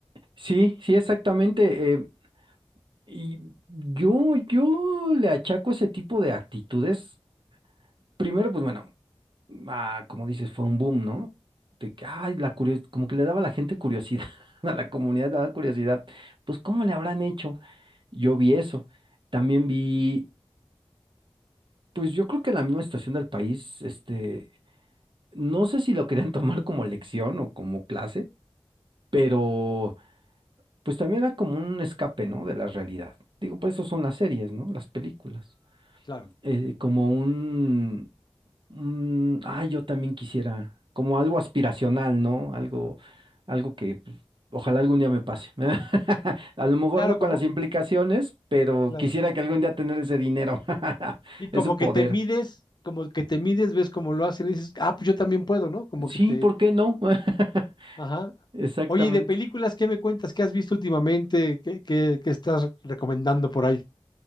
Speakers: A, on the right; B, on the left.
A: Sí, sí, exactamente. eh, Y yo, yo le achaco ese tipo de actitudes. Primero, pues bueno, ah, como dices, fue un boom, ¿no? De que, ay, la curios como que le daba a la gente curiosidad, <laughs> a la comunidad le daba curiosidad. Pues, ¿cómo le habrán hecho? Yo vi eso. También vi, pues yo creo que en la misma estación del país, este, no sé si lo querían <laughs> tomar como lección o como clase, pero pues también era como un escape, ¿no? De la realidad. Digo, por eso son las series, ¿no? Las películas.
B: Claro.
A: eh, como un, un, ah, yo también quisiera, como algo aspiracional, ¿no? Algo, algo que pues, ojalá algún día me pase. <laughs> A lo mejor
B: Claro,
A: no con
B: como,
A: las implicaciones, pero
B: claro.
A: quisiera que algún día tener ese dinero, <laughs>
B: Y como
A: ese poder.
B: que te mides, como que te mides, ves cómo lo hacen y dices, ah, pues yo también puedo, ¿no? Como
A: Sí,
B: que te,
A: ¿por qué no? <laughs>
B: ajá.
A: Exactamente.
B: Oye, y de películas, ¿qué me cuentas? ¿Qué has visto últimamente? ¿Qué, qué, qué estás recomendando por ahí?